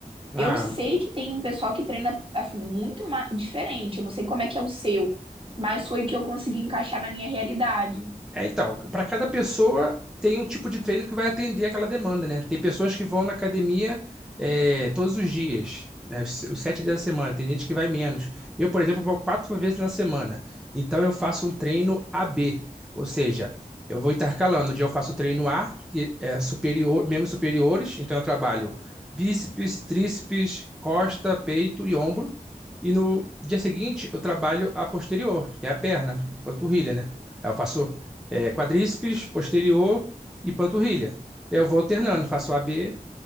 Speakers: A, in the centre; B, on the right.
A: Ah,
B: Eu sei que tem um pessoal que treina assim muito ma- diferente. Eu não sei como é que é o seu, mas foi o que eu consegui encaixar na minha realidade.
A: É, então, para cada pessoa tem um tipo de treino que vai atender aquela demanda, né? Tem pessoas que vão na academia é, todos os dias, né? Os, os sete dias da semana. Tem gente que vai menos. Eu, por exemplo, vou quatro vezes na semana. Então, eu faço um treino A-B, ou seja, eu vou intercalando. Um dia eu faço o treino A, que é superior, membros superiores. Então, eu trabalho bíceps, tríceps, costa, peito e ombro. E no dia seguinte, eu trabalho a posterior, que é a perna, panturrilha, né? Aí eu faço é, quadríceps, posterior e panturrilha. É, Eu vou alternando, faço A B